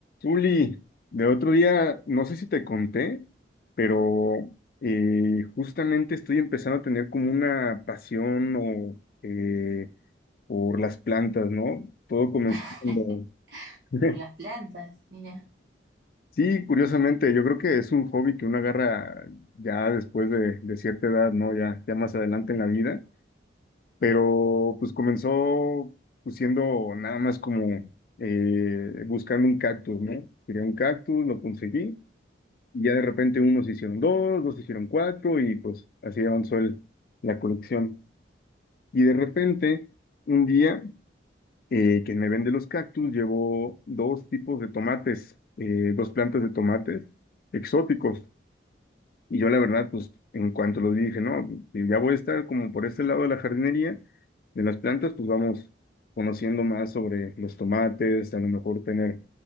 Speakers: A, on the left; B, on the right.
A: Uli, de otro día, no sé si te conté, pero eh, justamente estoy empezando a tener como una pasión o, eh, por las plantas, ¿no? Todo comenzó
B: <laughs>
A: cuando- <laughs>
B: Por las plantas, mira.
A: Sí, curiosamente, yo creo que es un hobby que uno agarra ya después de, de cierta edad, ¿no? Ya, ya más adelante en la vida, pero pues comenzó pues, siendo nada más como eh, buscando un cactus, ¿no? Quería un cactus, lo conseguí. Y ya de repente unos hicieron dos, dos hicieron cuatro y pues así avanzó el- la colección. Y de repente, un día, eh, quien me vende los cactus llevó dos tipos de tomates, eh, dos plantas de tomates exóticos. Y yo la verdad, pues en cuanto los vi, dije, no, si ya voy a estar como por este lado de la jardinería, de las plantas, pues vamos conociendo más sobre los tomates, a lo mejor tener